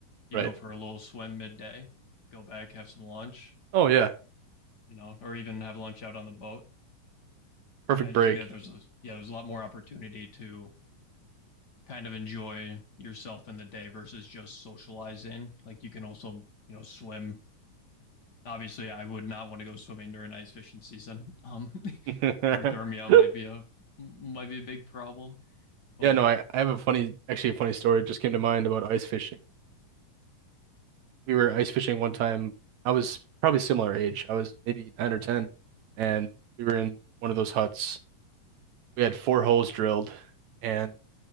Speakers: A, on the left (about 45°); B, on the right (about 70°).
A: you
B: right.
A: go for a little swim midday, go back, have some lunch,
B: Oh yeah,
A: you know, or even have lunch out on the boat.
B: perfect
A: I just
B: break.
A: think that there's a yeah, there's a lot more opportunity to kind of enjoy yourself in the day versus just socializing. Like you can also, you know, swim. Obviously, I would not want to go swimming during ice fishing season. Um,
B: <laughs>
A: <laughs> hyperthermia might be a might be a big problem, but
B: Yeah, no, I, I have a funny, actually a funny story just came to mind about ice fishing. we were ice fishing one time. I was probably similar age. I was maybe nine or ten, and we were in one of those huts. We had four holes drilled, and